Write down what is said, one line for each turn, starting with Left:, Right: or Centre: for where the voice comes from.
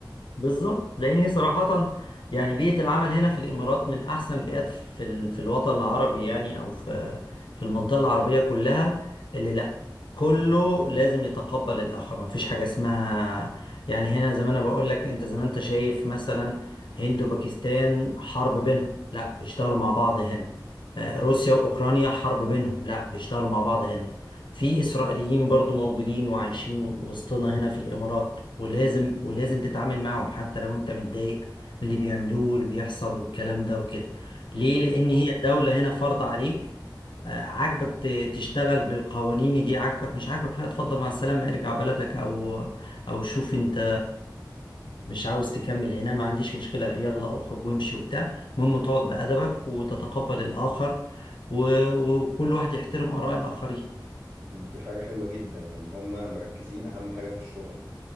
Left: بالظبط لاني صراحه يعني بيئه العمل هنا في الامارات من احسن البيئات في ال- في الوطن العربي يعني او في في المنطقه العربيه كلها اللي لا كله لازم يتقبل الاخر ما فيش حاجه اسمها يعني هنا زي ما انا بقول لك انت زي ما انت شايف مثلا هند وباكستان حرب بينهم لا بيشتغلوا مع بعض هنا آه، روسيا واوكرانيا حرب بينهم لا بيشتغلوا مع بعض هنا في إسرائيليين برضو موجودين وعايشين وسطنا هنا في الإمارات ولازم ولازم تتعامل معهم حتى لو أنت متضايق من اللي بيعملوه واللي بيحصل والكلام ده وكده ليه؟ لأن هي الدولة هنا فرض عليك آه، عاجبك ت- تشتغل بقوانين دي عاجبك مش عاجبك لا اتفضل مع السلامة ارجع بلدك أو أو شوف أنت مش عاوز تكمل هنا ما عنديش مشكلة يلا اخرج وامشي وبتاع المهم تقعد بأدبك وتتقبل الآخر و- وكل واحد يحترم آراء الآخرين
Right: طب دي حاجة حلوة جدا يعني هما مركزين أهم حاجة في الشغل